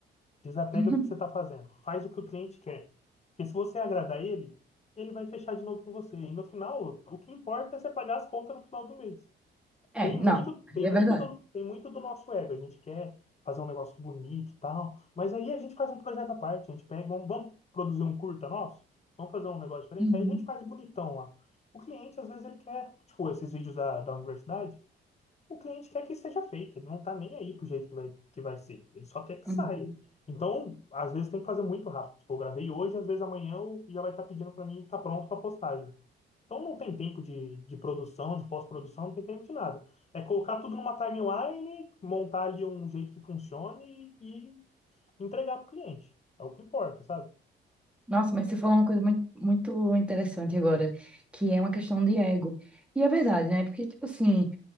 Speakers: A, on the left; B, in the centre.
A: Desapega
B: <laughs>
A: do que você tá fazendo. Faz o que o cliente quer. Porque se você agradar ele, ele vai fechar de novo com você. E no final, o que importa é você pagar as contas no final do mês.
B: É,
A: Tem
B: não,
A: muito, tem
B: aí
A: muito
B: é verdade.
A: do, tem muito do nosso ego. A gente quer fazer um negócio bonito e tal, mas aí a gente faz um projeto à parte. A gente pega, vamos, vamos produzir um curta nosso, vamos fazer um negócio diferente.
B: Uhum,
A: Aí a gente faz bonitão lá. O cliente, às vezes, ele quer, tipo, esses vídeos da, da universidade, o cliente quer que seja feito. Ele não tá nem aí pro jeito que vai, que vai ser. Ele só quer que
B: uhum.
A: saia. Então, às vezes tem que fazer muito rápido. Tipo, eu gravei hoje, às vezes amanhã eu já vai estar pedindo para mim, tá pronto para postagem. Então não tem tempo de, de produção, de pós-produção, não tem tempo de nada. É colocar tudo numa timeline, montar ali um jeito que funcione e, e entregar para o cliente. É o que importa, sabe?
B: Nossa, mas você falou uma coisa muito, muito interessante agora, que é uma questão de ego. E é verdade, né? Porque, tipo assim,